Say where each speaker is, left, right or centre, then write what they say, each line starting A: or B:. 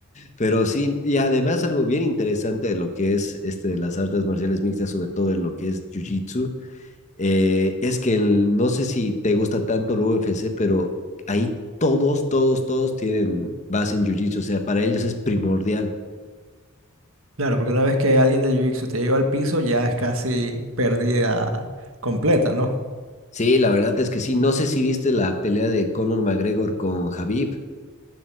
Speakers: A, on the left; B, on the right.
A: Pero sí, y además algo bien interesante de lo que es este de las artes marciales mixtas, sobre todo de lo que es Jiu-Jitsu, eh, es que el- no sé si te gusta tanto el UFC, pero ahí todos, todos, todos tienen base en Jiu-Jitsu, o sea, para ellos es primordial.
B: Claro, porque una vez que alguien del jiu-jitsu te lleva al piso, ya es casi pérdida completa, ¿no?
A: Sí, la verdad es que sí. No sé si viste la pelea de Conor McGregor con Habib.